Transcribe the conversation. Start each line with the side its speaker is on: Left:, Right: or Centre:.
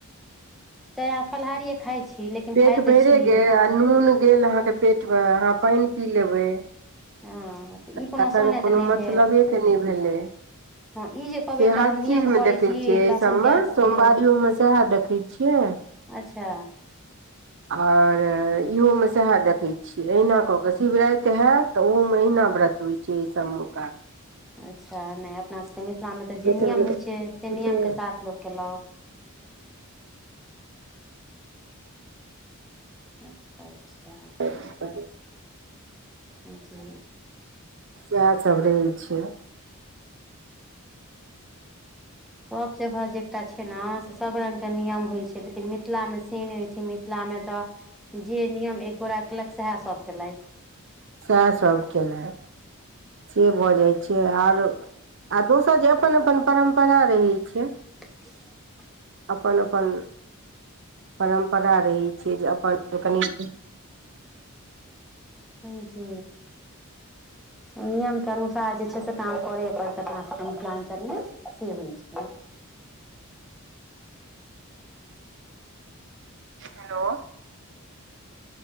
Centre: चाहे अहा फलहारिए खाइ छी लेकिन
Right: पेट
Centre: खाइ
Right: भइरे
Centre: तऽ छी
Right: गेल आ नून गेल अहाँके पेट में अहाँ पइन पी लेबै
Centre: हँ तऽ
Right: तखन
Centre: ई सहनाइ
Right: कोनो
Centre: तऽ नहि
Right: मतलबे
Centre: भेल
Right: के नइ भेलै
Centre: हँ ई जे कहबै
Right: से
Centre: एकटा
Right: हर
Centre: हम नियम
Right: चीज में
Centre: करै
Right: देखैत
Centre: छी
Right: छियै अइ
Centre: लहसुन
Right: सबमे
Centre: प्याजके
Right: सोमवारियोमे सएह देखै छियै
Centre: अच्छा
Right: आऔर इहोमे सएह देखै छियै अहिना कऽ कऽ शिवराइत हैत तऽ ओहो महिना व्रत होइ छै एहि सब मुका
Centre: अच्छा नइ अपनासबके मिथिला में तऽ जे
Right: बेटा
Centre: नियम
Right: मे
Centre: होइ
Right: तऽ
Centre: छै से नियमके
Right: छै
Centre: साथ लोक केलक अच्छा अच्छा
Right: <inaudible>
Centre: जी
Right: इएहसब रहै छय
Centre: सब जगह जे एकटा छै न से सब रंग के नियम होय छै लेकिन मिथिला मे से नइ होइ छै मिथिला में तऽ जे नियम एक गोरा केलक सएह सब केलइथ
Right: सएह सब केलथि से भ जाय छै छै आर आ दोसर जे अपन अपन परम्परा रहै छै
Centre: <unintelligible>
Right: अपन अपन परम्परा रहै छै जे अपन अपन कनि
Centre: हँ जी। नियम के अनुसार जे छै से काम करए पड़तै अपना सबके मिथिलाञ्चल में से होइ छै।
Right: हेलो।